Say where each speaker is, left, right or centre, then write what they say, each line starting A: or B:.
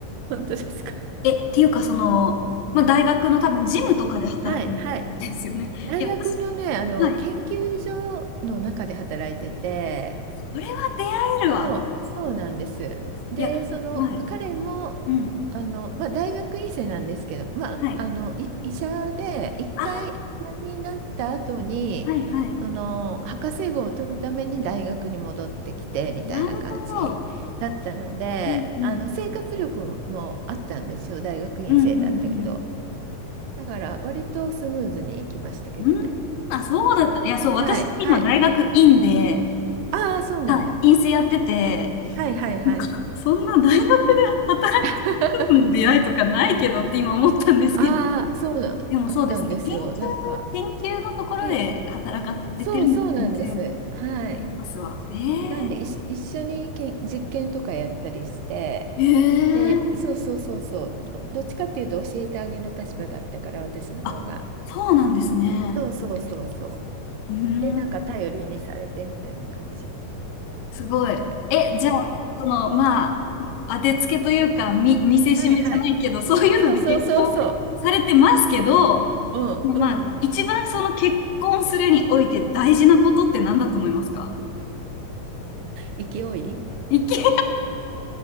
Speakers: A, on the right (about 80°); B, on the left (about 80°).
A: 本当ですか
B: え、っていうか、その、まあ、大学の多分、ジムとかで働くってことですよね。
A: はい、はい。大学のね、
B: いや、私、
A: あの、
B: はい。
A: 研究所の中で働いてて、
B: それは出会えるわ。
A: そう、そうなんです。で、
B: いや、
A: その、
B: はい。
A: 彼も、
B: うん。
A: あの、まあ、大学院生なんですけど、まあ、
B: はい。
A: あの、い医者で、一回医者になった後に、
B: あ、はいはい。
A: その、博士号を取るために大学に戻ってきて、みたいな感じだったので、
B: なるほど。うんうん。
A: あの、生活力もあったんですよ、大学院生だったけど。
B: うんうんうん。
A: だから、割とスムーズにいきましたけどね。
B: うん。あ、そうだった。いや、そう、私、
A: はい、はい。
B: 今、大学院で、
A: ああ、そうなんだ。
B: はい、院生やってて、
A: はいはいはい。
B: なんかそんな大学で働いてる人との出会いとかないけどって今思ったんですけど、
A: <laughs> ああ、そうな、
B: でもそうですね、
A: あったんですよ。
B: 研究、
A: なんか、
B: 研究のところで働かれてるのは全然
A: け、そうそうなんです。はい。
B: ありますわ。えー、
A: なんで、いし、一緒にけん、実験とかやったりして、
B: えー、
A: で、そうそうそうそう、ど、どっちかっていうと教えてあげる立場だったから、私の方が。
B: あ、そうなんですね。
A: そうそうそうそう。
B: うーん。
A: で、なんか頼りにされてみたいな感じ。
B: すごい。え、じゃあ、その、まあ、当てつけというか、み、見せしめじゃないけど、
A: はいはい。
B: そういうので結婚されてますけど、
A: そうそうそうそう。うんうん。
B: まあ、一番その結婚するにおいて大事なことって何だと思いますか
A: 勢い
B: いき、<laughs>